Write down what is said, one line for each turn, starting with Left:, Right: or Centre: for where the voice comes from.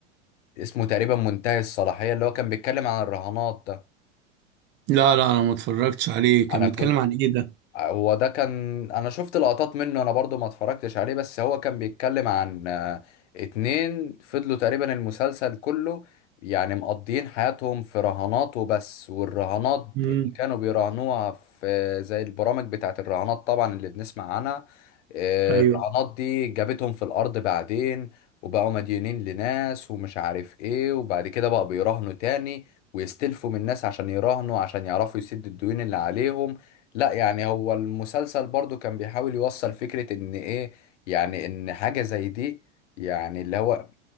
Left: اسمه تقريبا منتهي الصلاحية اللي هو كان بيتكلم عن الرهانات ده
Right: لا لا أنا ما اتفرجتش عليه كان
Left: أنا
Right: بيتكلم
Left: كنت
Right: عن إيه ده؟
Left: هو ده كان انا شفت لقطات منه انا برضو ما اتفرجتش عليه بس هو كان بيتكلم عن آه، اتنين فضلوا تقريبا المسلسل كله يعني مقضيين حياتهم في رهانات وبس والرهانات
Right: امم
Left: اللي كانوا بيراهنوها في زي البرامج بتاعت الرهانات طبعا اللي بنسمع عنها آه،
Right: أيوه
Left: الرهانات دي جابتهم في الارض بعدين وبقوا مديونين لناس ومش عارف ايه وبعد كده بقى بيراهنوا تاني ويستلفوا من الناس عشان يراهنوا عشان يعرفوا يسدوا الديون اللي عليهم لا يعني هو المسلسل برضو كان بيحاول يوصل فكرة ان ايه يعني ان حاجة زي دي يعني اللي هو